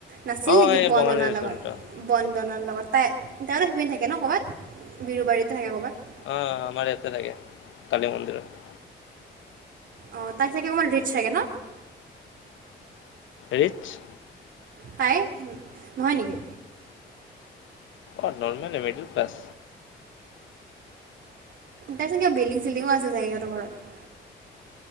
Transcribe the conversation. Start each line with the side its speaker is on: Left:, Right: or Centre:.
Right: নাছিল
Left: অ
Right: নেকি
Left: এই
Right: বন্দনাৰ
Left: বঙালী ৰেষ্টুৰেণ্ট
Right: লগত? বন্দনাৰ লগত তাই তাইতো সিপিনে থাকে ন' ক'ৰবাত বিৰুবাৰীতে থাকে ক'ৰবাত।
Left: অ' আমাৰ ইয়াতে থাকে কালি মন্দিৰত।
Right: অ' তাই চাগে অকমান ৰিচ চাগে ন'
Left: ৰিটচ।
Right: তাই নহয় নেকি?
Left: অ' নৰ্মেল মিডল ক্লাছ।
Right: তাৰ চাগে বিল্ডং চিল্ডিঙো আছে চাগে সিহতৰ ঘৰত।